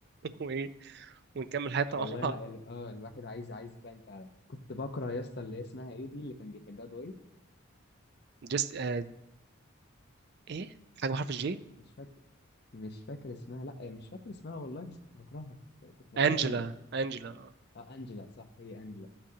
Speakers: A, on the right (about 50°); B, on the left (about 50°).
A: <laughs> وايه ونكمل حياتنا
B: والله
A: <laughs> مع بعض.
B: لا ال- اه الواحد عايز عايز بان فعلا كنت بكره يا اسطى اللي هي اسمها ايه دي اللي كان بيحبها دويت
A: جست آه... ايه حاجه بحرف الجي
B: مش فاكر مش فاكر اسمها لا مش فاكر اسمها والله بس كنت بكرهها ك- كنت بكرهها
A: انجلا
B: قوي
A: انجلا آه.
B: اه انجلا صح هي انجلا